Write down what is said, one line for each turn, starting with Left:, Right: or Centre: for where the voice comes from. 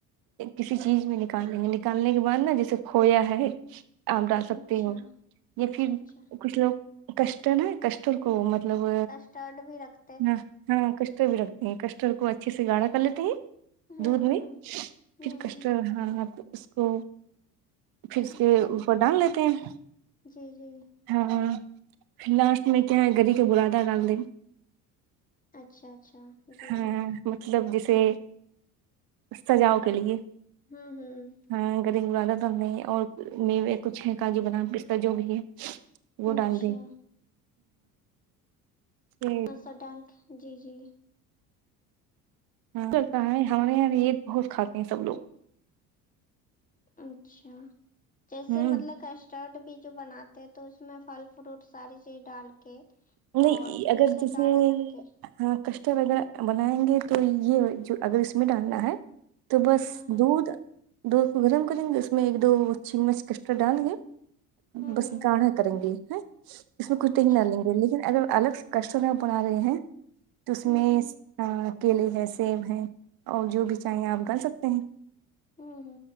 Right: کسی چیز میں نکالیں گے نکالنے کے بعد نا جیسے کھویا ہے آپ ڈال سکتے
Left: اچھا
Right: ہو یا
Left: اچھا
Right: پھر
Left: اچھا
Right: کچھ لوگ کسٹرڈ ہے نہ کسٹرڈ کو مطلب
Left: <unintelligible> بھی رکھ
Right: ہاں ہاں کسٹرڈ بھی رکھتے ہیں کسٹرڈ کو اچھے سے گاڑھا کر لیتے ہیں
Left: ہوں
Right: دودھ
Left: ہوں
Right: میں پھر
Left: ہوں
Right: کسٹرڈ
Left: ہوں
Right: رہا اس کو پھر اس
Left: اچھا
Right: کے اوپر ڈال لیتے ہیں
Left: جی جی
Right: ہاں لاسٹ میں کیا ہے <unintelligible>
Left: اچھا اچھا جی
Right: ہاں مطلب جیسے سجاؤ کے لیے
Left: ہوں ہوں
Right: تو نہیں اور م کچھ ہے کاجو بادام پستہ جو بھی ہے وہ ڈال
Left: اچھا
Right: دیں یہ
Left: ہ سب ڈال کے جی جی
Right: اکثر کیا ہے ہمارے یہاں عید بہت کھاتے ہیں سب لوگ
Left: اچھا جیسے
Right: ہوں
Left: مطلب کش ٹرڈ بھی جو بناتے ہیں تو اس میں پھل فروٹ ساری چیز ڈال کے
Right: نہیں
Left: اور پھر
Right: اگر
Left: اسے
Right: جیسے
Left: گاڑھا کر کے
Right: ہاں کسٹرڈ وغیرہ بنائیں گے تو یہ جو اگر اس میں ڈالنا ہے تو بس
Left: ہاں ہاں
Right: دودھ دودھ کو گرم کرینگے تو اس میں ایک دو چمچ کسٹر ڈالیں
Left: ہوں
Right: بس
Left: ہوں
Right: گاڑھا کریں گے ہاں اس میں کچھ نی
Left: اچھا
Right: ڈالینگے لیکن لیکن اگر الگ سے کسٹرڈ بنا رہے ہیں تو اس
Left: ہوں
Right: میں
Left: ہوں
Right: کیلے ہے سیب ہے اور جو بھی چاہیں آپ ڈال سکتے ہیں
Left: ہوں